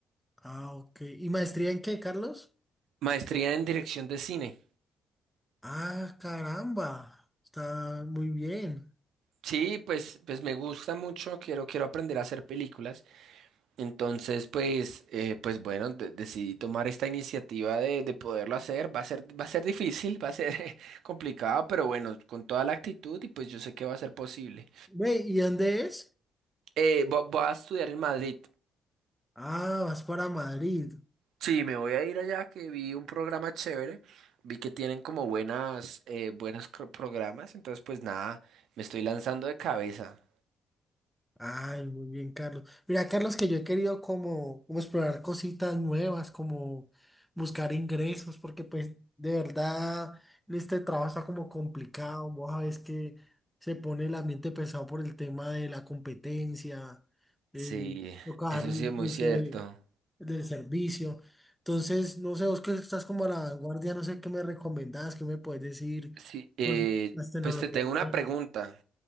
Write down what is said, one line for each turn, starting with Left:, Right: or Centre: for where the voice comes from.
Centre: Ah, ok. ¿Y maestría en qué, Carlos?
Right: Maestría en dirección de cine.
Centre: Ah, caramba. Está muy bien.
Right: Sí, pues, pues me gusta mucho, quiero, quiero aprender a hacer películas. Entonces, pues, eh, pues bueno, de- decidí tomar esta iniciativa de, de poderlo hacer. Va a ser, va a ser difícil, <laughs> va a ser <laughs> complicado, pero bueno, con toda la actitud y pues yo sé que va a ser posible.
Centre: Ve, ¿y dónde es?
Right: Eh, vo- voy a estudiar en Madrid.
Centre: Ah, vas para Madrid.
Right: Sí, me voy a ir allá que vi un programa chévere. Vi que tienen como buenas, eh, buenos cro- programas. Entonces, pues nada, me estoy lanzando de cabeza.
Centre: Ay, muy bien, Carlos. Mira, Carlos, que yo he querido como, como explorar cositas nuevas, como buscar ingresos, porque pues de verdad este trabajo está como complicado. Vos sabés que se pone el ambiente pesado por el tema de la competencia, eh,
Right: Sí,
Centre: tocar
Right: eso
Centre: el
Right: sí es muy
Centre: precio
Right: cierto.
Centre: del, del servicio. Entonces, no sé, vos que estás como a la vanguardia, no sé qué me recomendás, qué me puedes decir
Right: Sí, eh,
Centre: con las tecnologías.
Right: pues te tengo una
Centre: nuevas.
Right: pregunta.